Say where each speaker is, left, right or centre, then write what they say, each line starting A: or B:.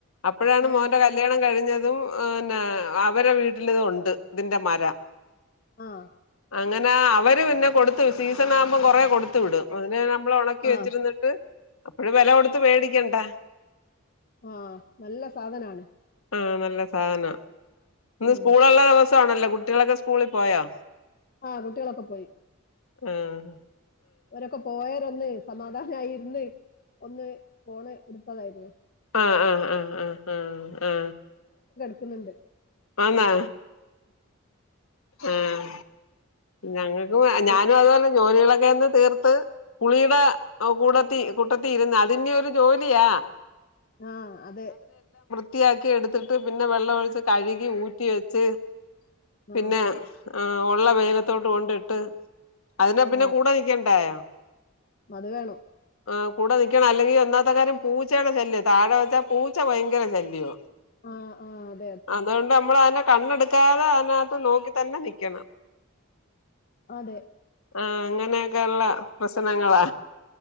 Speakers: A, on the left; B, on the left.
A: അപ്പോഴാണ്
B: ഏഹ്
A: മോന്റെ കല്യാണം കഴിഞ്ഞത് ഇതും ഹ്‌നെ അവരെ വീട്ടിലിതുണ്ട് ഇതിന്റെ മരം.
B: ആഹ
A: അങ്ങനെ അവര് പിന്നെ കൊടുത്തു സീസണാകുമ്പോ കൊറെേ കൊടുത്തു വിടും അതിനെ നമ്മള് ഉണക്കി
B: ആഹ്
A: വെച്ചിരുന്നിട്ട് അപ്പഴും വെല കൊടുത്ത് വേടിക്കണ്ട.
B: ആഹ നല്ല സാധനാണ്.
A: ആഹ നല്ല സാധനാ. ഇന്ന്
B: ഉം
A: സ്കൂളുള്ള ദിവസാണല്ലോ കുട്ടികളൊക്കെ സ്കൂളിൽ പോയോ?
B: ആഹ കുട്ട്യാളൊക്കെ പോയി.
A: ആഹ
B: വരൊക്കെ പോയരൊന്ന് സമാധാനായിരുന്ന് ഒന്ന് ഫോണ് ഇടുത്തതായിരുന്നു.
A: ആഹ ആ ആഹ അ ഹ് ആ
B: ക്കുന്നുണ്ട്.
A: ആന്നാ ആഹ ഞങ്ങൾ ഒ
B: പി
A: ഞാനു അതോലെ ജോലികളൊക്കെയൊന്ന് തീർത്ത് പുളിയുടെ കൂടത്തി കുട്ടത്തിരുന്ന് അതിന്യ ഒരു ജോലിയാ.
B: ആഹ അതെ.
A: ത്തിയാക്കി എടുത്തിട്ട് പിന്നെ വെള്ള ഒഴിച്ച് കഴുകി ഊറ്റി വെച്ച് പിന്നെ
B: ആ.
A: ആ ഉള്ള വെയിലത്തോട്ട് കൊണ്ടിട്ട് അതിനെ പിന്നെ
B: ആ.
A: കൂടെ നിൽക്കണ്ടായോ?
B: അത് വേണം.
A: ആ കൂടെ നിക്കണം അല്ലെങ്കിൽ ഒന്നാത്തെ കാര്യം പൂച്ചയുടെ ശല്യം താഴെ വെച്ചാ പൂച്ച ഭയങ്കര ശല്യോ.
B: ആഹ് ആഹ് അ
A: അതോണ്ട് അമ്മൾ അനെ കണ്ണെടുക്കാതെ അയിനാകത്ത് നോക്കി തന്നെ നിക്കണം.
B: അതെ.
A: ആഹ അങ്ങനെയൊക്കെള്ള പ്രശ്നങ്ങളാ.